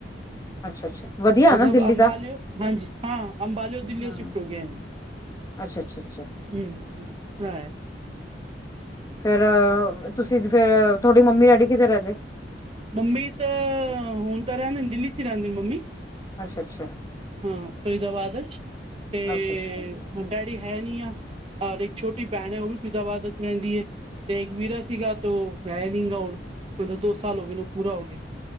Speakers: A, on the left; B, on the right.
A: ਅੱਛਾ ਅੱਛਾ ਵਧੀਆ ਹੈ
B: ਮਤਲਬ
A: ਨਾ ਦਿੱਲੀ
B: ਅੰਬਾਲਿਓ
A: ਦਾ
B: ਹਾਂਜੀ ਹਾਂ ਅੰਬਾਲੇ ਦਿੱਲੀ
A: ਹਾਂ
B: <inaudible>
A: ਅੱਛਾ ਅੱਛਾ ਅੱਛਾ ਫੇਰ ਤੁਸੀਂ ਫੇਰ ਤੁਹਾਡੀ ਮੰਮੀ ਡੈਡੀ ਕਿਥੇ ਰਹਿੰਦੇ
B: ਮੰਮੀ ਤਾਂ ਹੁਣ ਤਾਂ ਰਹਿਦੇ ਨੇ ਦਿੱਲੀ ਚ ਹੀ ਰਹਦੇ ਨੇ ਮੰਮੀ,
A: ਅੱਛਾ-ਅੱਛਾ,
B: ਹਾਂ ਫਰੀਦਾਬਾਦ ਵਿੱਚ, ਤੇ
A: ਅੱਛਾ ਅੱਛਾ
B: ਡੈਡੀ ਹੈਨੀ ਆ, ਇੱਕ ਛੋਟੀ ਭੈਣ ਹੈ ਉਹ ਵੀ ਫਿਦਾਬਾਦ ਰਹਿੰਦੀ ਹੈ ਤੇ ਇੱਕ ਵੀਰਾ ਸੀਗਾ, ਤੇ ਹੈੈਂ ਨੀ ਗਾ ਹੁਣ ਮਤਲਬ ਦੋ ਸਾਲ ਹੋ ਔਨੂੰ ਪੂਰਾ ਹੋ ਗਿਆ।